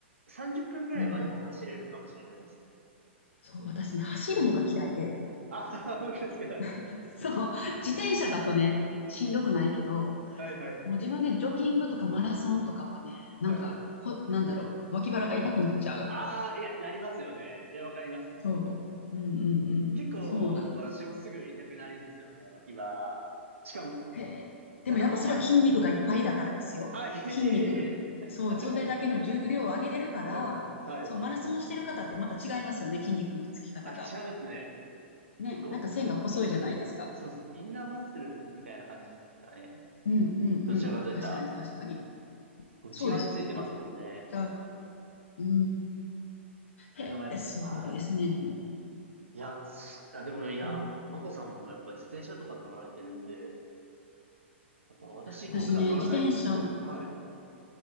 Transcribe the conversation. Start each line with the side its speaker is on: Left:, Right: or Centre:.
Right: 30分ぐらいはでも走れるかもしれないですね。
Left: うんうん。そう、私ね、走るのが嫌いで、
Right: あ、<laughs> 本当ですか。
Left: <laughs> そう、自転車だとね、しんどくないけど、
Right: <laughs> はい、はい、はい。
Left: もう自分でジョギングとかマラソンとかはね、なんか、
Right: はい。
Left: こ、なんだろう、脇腹が痛くなっちゃう。
Right: ああ、いや、なりますよね。いや、わかります。
Left: そう。うんうんうん。
Right: 結構、
Left: そうなんで。
Right: 私もすぐ痛くなるんですよね、脇腹。しかも、
Left: へえ。
Right: なんか、
Left: でもやっぱそれは筋肉がいっぱいだからですよ。
Right: た、あ、いえいえ
Left: 筋肉が、そう、それだけの重量を上げれるから、
Right: いえ <laughs> うん、はい。
Left: そう、マラソンしてる方ってまた違いますよね、筋肉のつき方が。
Right: あ、違いますね。
Left: ね、
Right: 結構、
Left: なんか線が細いじゃないですか。
Right: い、そうです。インナーマッスルみたいな感じですかね。
Left: うんうんうん。
Right: どちらかといったら、
Left: 確かに確かに。
Right: 内側についてますもんね。
Left: そうですね。違うか。うん。
Right: え、
Left: へえ、
Right: でもやっぱ、
Left: すごいですね。
Right: はい。
Left: もう
Right: いや、すあ、でもいや、
Left: うん
Right: マコさんもやっぱ自転車とか乗られてるんで、やっぱ私、
Left: 私ね、
Right: こう、普段乗らないんです。
Left: 自転車
Right: ごいです。はい。